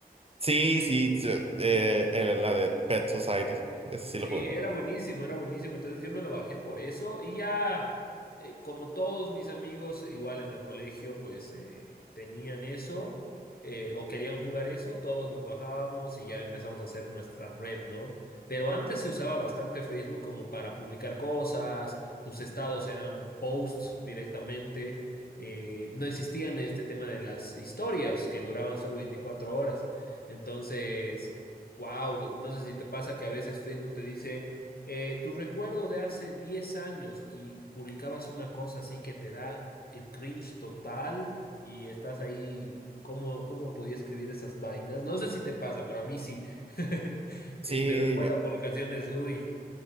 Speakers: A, on the right; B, on the left.
A: Sí, sí, sí, eh, eh, la de Pet Society. Ese sí
B: Sí,
A: lo jugaba.
B: era buenísimo, era buenísimo. Entonces yo me lo bajé por eso y ya, eh, como todos mis amigos, igual en el colegio, pues eh, tenían eso eh, o querían jugar eso, todos nos bajábamos y ya empezamos a hacer nuestra red, ¿no? Pero antes se usaba bastante Facebook como para publicar cosas, tus estados eran posts directamente, eh, no existían este tema de las historias que duraban solo 24 horas. Entonces... Wow, no sé si te pasa que a veces Facebook te dice, eh, tu recuerdo de hace 10 años y publicabas una cosa así que te da el cringe total y estás ahí, ¿cómo, cómo podía escribir esas vainas? No sé si te pasa, pero a mí sí. <laughs>
A: Sí,
B: Eh, me recuerda
A: yo.
B: a publicaciones, uy,